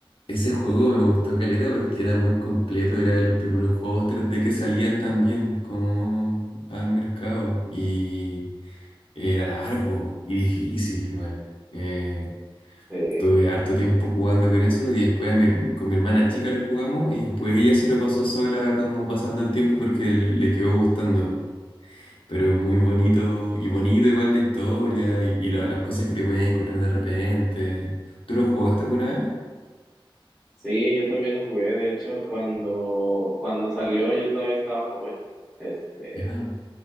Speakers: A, on the left; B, in the centre.
A: Ese juego me gustó caleta porque era muy completo, era de los primeros juegos 3D que salían también como al mercado y Era largo y difícil igual. Eh,
B: Sí,
A: tuve harto tiempo jugando con eso y después a mi herm- con mi hermana chica lo jugamos y después ella se lo pasó sola como pasando el tiempo porque le, le quedó gustando. Pero muy bonito y bonito igual la historia y, y la- las cosas que te podías encontrar de repente. ¿Tú lo jugaste alguna vez?
B: sí, yo también lo jugué, de hecho, cuando, cuando salió yo todavía estaba joven, este,
A: Ya.